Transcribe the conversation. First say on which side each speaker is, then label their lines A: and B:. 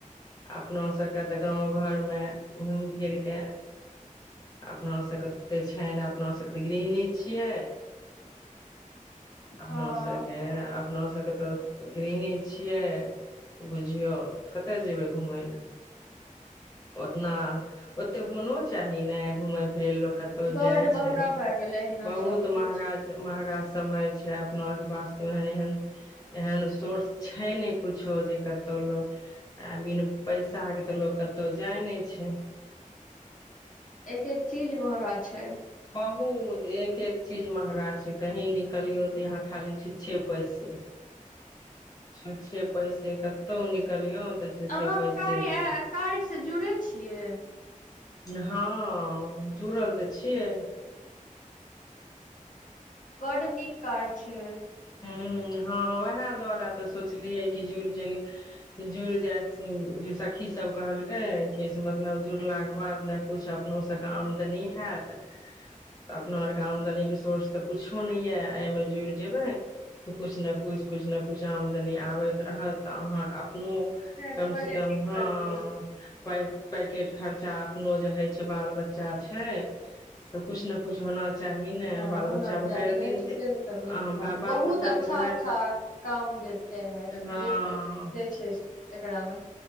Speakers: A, on the left; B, on the left.
A: अपनो सबके तऽ गाँव घर मे घूमि फिर कऽ अपना सभके तऽ छै न अपना सभके तऽ गृहणि छियै अपनो
B: हँ
A: सबके अप अपना सबके तऽ गृहिणी छियै बुझियौ कतय जेबै घुमय लेय न ओते होनो चाही ने घुमे फिरय ल लोक कतहु
B: बड
A: जाय
B: महगा
A: छै
B: भए गेलै एहिना
A: बहुत
B: सब किछ
A: महगा महगा समय छै अपना आर के पास त ओहन एहन एहन सोर्स छै ने कुछो जे कतहु लोग आ बिन पैसा के तऽ लोग कतहु जाय नइ छै छैय
B: एक एक चीज महगा छै
A: बहुत एक एक चीज महगा छै कही निकलियौ तऽ यहाँ खाली छुच्छे पैसे छुच्छे पैसे कतौ निकलियौ तऽ छुच्छे
B: अहाँ
A: पैसे
B: कार्या
A: के।
B: कार्य सँ जुड़ै छियै
A: हँ जुड़ल तऽ छियै
B: बड नीक कार्य छै
A: हू हँ उएह दुआारे तऽ सोचलियै कि जुड़ि जाइ जुड़ि जाइ सखी सब कहलकै कि से मतलब जुड़लाके बाद ने किछु अपनो सबके आमदनी हयत अपना आरके आमदनीके सोर्स तऽ कुछो नहि यऽ एहिमे जुड़ि जेबै तऽ कछु न कछ कछु न कछ आमदनी आबैत रहत तऽ अहाँक अ अपनो
B: नहि,
A: कम
B: भले
A: सँ कम
B: ठीक
A: हँ
B: करलियै
A: पैकेट खर्चा अपनो जे हइ छै बाल बच्चा छै तऽ कुछ नऽ कुछ होना चाही न
B: हँ
A: बाल
B: होना
A: बच्चा भरि
B: चाही नहि
A: दिन
B: ठीके
A: त
B: से करलियै
A: अ बाल
B: बहुत
A: बच्चा
B: अच्छा
A: तऽ भरि
B: अच्छा काम देते है
A: हँ
B: देते दइ छै एकरा मे